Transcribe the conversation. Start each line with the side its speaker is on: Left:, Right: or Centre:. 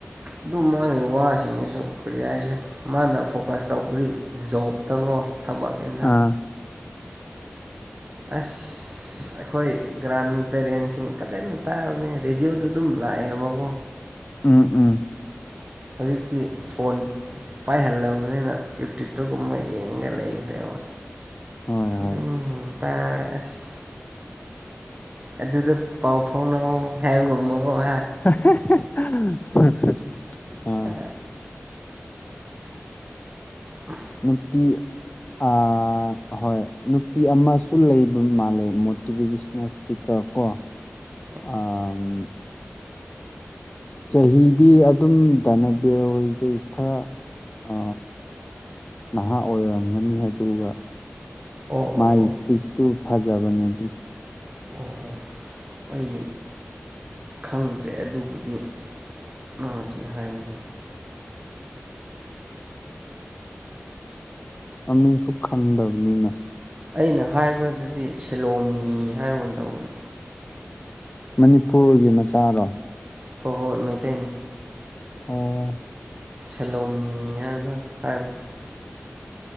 Right: ꯑꯗꯨ ꯃꯣꯏ ꯋꯥꯁꯤꯡꯅꯁꯨ ꯀꯔꯤ ꯍꯥꯏꯁꯦ ꯃꯥꯅ ꯐꯣꯀꯁ ꯇꯧꯕꯗꯤ ꯖꯣꯕꯇꯀꯣ ꯊꯕꯛ꯫ <unintelligible>
Left: ꯑꯥ
Right: ꯑꯁ꯫ ꯑꯁ ꯑꯩꯈꯣꯏ ꯒ꯭ꯔꯥꯟ ꯄꯦꯔꯦꯟꯁꯤꯡ ꯐꯖꯅ ꯇꯥꯕꯅꯦ ꯔꯦꯗꯤꯑꯣꯗ ꯑꯗꯨꯝ ꯂꯥꯛꯑꯦꯕꯀꯣ
Left: ꯎꯝ ꯎꯝ꯫
Right: ꯍꯧꯖꯤꯛꯇꯤ ꯐꯣꯟ꯫ ꯄꯥꯏꯍꯜꯂꯕꯅꯤꯅ ꯌꯨꯇ꯭ꯌꯨꯞꯇꯣ ꯃꯣꯏ ꯌꯦꯡꯉ ꯂꯩꯒ꯭ꯔꯦꯕ꯫
Left: ꯍꯣꯏ
Right: ꯑꯗꯨꯝ
Left: ꯍꯣꯏ
Right: ꯇ ꯑꯁ ꯑꯗꯨꯗ ꯄꯥꯎ ꯐꯥꯎꯅꯍꯧ ꯍꯥꯏꯕꯒꯨꯝꯕꯀꯣ ꯍꯥ꯫
Left: <unintelligible>
Right: ꯑ ꯍ
Left: ꯅꯨꯄꯤ꯫ ꯑ ꯍꯣꯏ ꯅꯨꯄꯤ ꯑꯃꯁꯨ ꯂꯩꯕ ꯃꯥꯜꯂꯦ ꯃꯣꯇꯤꯚꯦꯁꯜ ꯄꯤꯀ꯭ꯔꯄꯣ꯫
Right: <inaudible>
Left: ꯑꯝ꯫ ꯆꯍꯤꯗꯤ ꯑꯗꯨꯝ ꯊꯅꯕꯤꯔ ꯍꯣꯏꯗꯩ ꯈꯔ ꯑ ꯅꯍꯥ ꯑꯣꯏꯔꯝꯒꯅꯤ ꯑꯗꯨꯒ
Right: ꯑꯣ
Left: ꯃꯥꯏ
Right: ꯑꯣ ꯑꯣ
Left: ꯏꯁꯄꯤꯁꯁꯨ ꯐꯖꯕꯅꯦ ꯑꯗꯨꯝ꯫
Right: ꯑꯣ ꯑꯣ ꯑꯩ ꯈꯪꯗ꯭ꯔꯦ ꯑꯗꯨꯕꯨꯗꯤ ꯅꯪ ꯍꯨꯖꯤꯛ ꯍꯥꯏꯕꯗꯣ
Left: ꯃꯃꯤꯡꯁꯨ ꯈꯪꯗꯕꯅꯤꯅ
Right: ꯑꯩꯅ ꯍꯥꯏꯕꯗꯨꯗꯤ ꯁꯦꯂꯣꯃꯤ ꯍꯥꯏꯕ ꯇꯧꯕꯅꯤ
Left: ꯃꯅꯤꯄꯨꯔꯒꯤ ꯃꯆꯥꯔꯣ
Right: ꯍꯣꯏ ꯍꯣꯏ ꯃꯩꯇꯩꯅꯤ
Left: ꯑꯣ
Right: ꯁꯦꯂꯣꯃꯤ ꯍꯥꯏꯕ ꯍꯥꯏꯕ